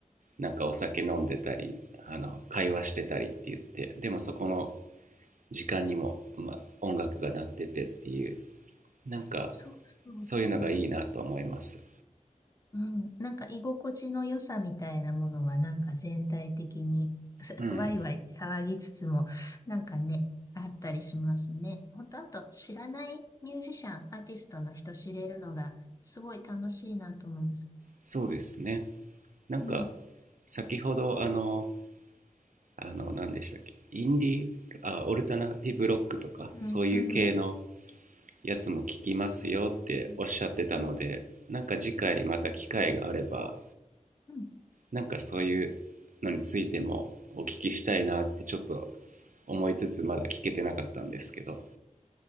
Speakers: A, on the right (about 75°); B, on the left (about 25°).
A: なんかお酒飲んでたりあの会話してたりって言ってでもそこの時間にも、ま音楽が鳴っててっていうなんか
B: そうそうそう。
A: そういうのがいいなと思います
B: うん。なんか居心地の良さみたいなものは、なんか全体的に <laughs>
A: うん
B: ワイワイ騒ぎつつも、なんかね、あったりしますね。ほんと、あと知らないミュージシャン、アーティストの人知れるのがすごい楽しいなと思います。
A: そうですねなんか
B: うん。
A: 先ほどあのあの何でしたっけインディーあオルタナティブロックとかそういう系の
B: うんうん。
A: やつも聞きますよっておっしゃってたのでなんか次回また機会があれば
B: うんうんうん
A: なんかそういうのについてもお聞きしたいなってちょっと思いつつまだ聞けてなかったんですけど、